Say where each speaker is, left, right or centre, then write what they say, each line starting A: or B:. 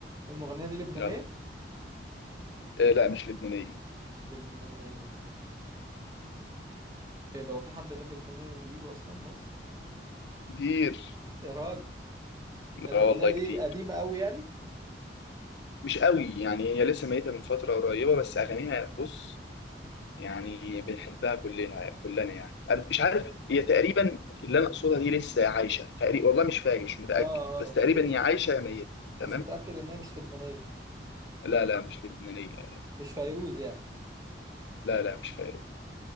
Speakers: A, on the right (about 20°); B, on the left (about 75°).
A: المغنية دي لبنانية؟
B: يلا إيه لا مش لبنانية
A: مش لبنانية إيه ده هو في حد غير لبنانية بيجوا أصلا مصر؟
B: كتير
A: يا راجل المغنية
B: اه والله
A: دي
B: كتير
A: قديمة قوي يعني؟
B: مش قوي يعني هي لسه ميتة من فترة قريبة بس أغانيها بص يعني بنحبها كلنا كلنا يعني أنا مش عارف هي تقريبا اللي
A: مم.
B: أنا أقصدها دي لسه عايشة تقريبا والله مش فاكر مش متأكد
A: اه
B: بس
A: اه اوكي
B: تقريبا هي عايشة يا ميتة تمام
A: بس متأكد ان هي مش لبنانية
B: لا لا مش لبنانية لا
A: مش فيروز يعني
B: لا لا، مش فاكر